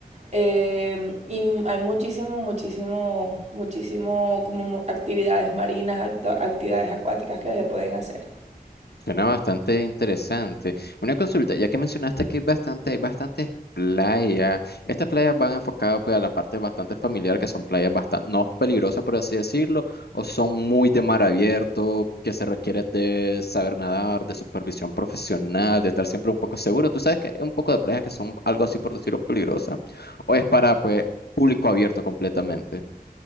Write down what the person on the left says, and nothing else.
Suena bastante interesante. Una consulta, ya que mencionaste que hay bastante, hay bastantes playas. Estas playas van enfocadas pues, a la parte bastante familiar, que son playas bastante, no peligrosas, por así decirlo, o son muy de mar abierto, que se requiere de saber nadar, de supervisión profesional, de estar siempre un poco seguro. Tú sabes que hay un poco de playas que son algo así, por decirlo, peligrosas, o es para pues público abierto completamente.